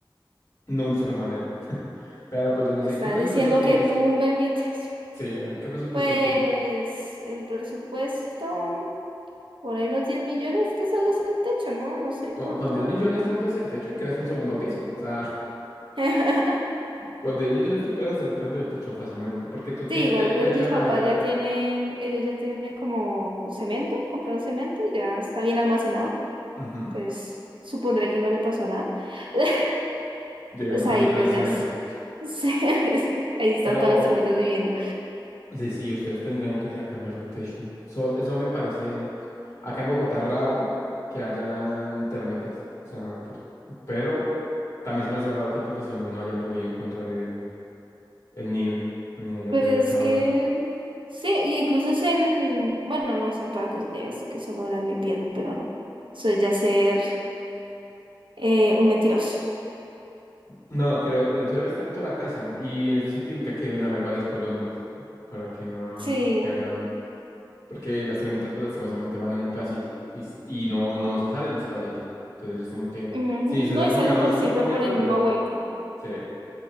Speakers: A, on the left; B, on the right.
A: no usar madera. Pero pues yo no
B: Me
A: sé,
B: estás
A: ¿qué presupuesto
B: diciendo
A: tienes?
B: que tumbe mi techo.
A: Sí, ¿qué presupuesto
B: Pues
A: tienes?
B: el presupuesto, por ahí unos 10 millones, que solo es el techo, ¿no? No sé
A: Con,
B: cuánto.
A: con 10 millones rompes el techo y creas un segundo piso. O sea,
B: <laughs>
A: Con 10 millones tú puedes hacer el cambio de techo fácilmente, porque tú tienes
B: Sí, igual
A: te-
B: pues
A: techo
B: mis
A: de madera,
B: papás ya tienen, ellos ya tienen como cemento, compraron cemento y ya está bien almacenado.
A: ujú,
B: Entonces, supondré que no le pasó nada. <laughs>
A: llegaron
B: Pues
A: tramitas
B: ahí pues
A: de cemento.
B: ya s- se- <laughs> ahí están
A: Pero
B: todas las termitas viviendo.
A: de sí, ustedes tendrían que ya cambiar de techo. So- eso me parece acá en Bogotá raro que hayan termitas. O sea, por- pero también se me hace raro que el profesional no haya podido encontrar el, el nido, ni haya
B: Pues
A: podido cavarlo.
B: que sí, y incluso es en, bueno, no es en toda casa, ya sé que solo era en mi pieza, pero no. Eso es ya ser eh, un mentiroso.
A: No, creo, eso debe estar en toda la casa. Y es sí típica que deben haber varias colonias para que no,
B: Sí,
A: para que haya Porque las tremitas, pues lastimosamente van en un pedacito y, s- y no, no se salen de ese pedacito. Entonces ellos tienen que,
B: ujú.
A: si se
B: No,
A: salen,
B: y salen
A: digamos,
B: por
A: cinco
B: siempre
A: metros,
B: por el mismo
A: ya
B: hueco.
A: se.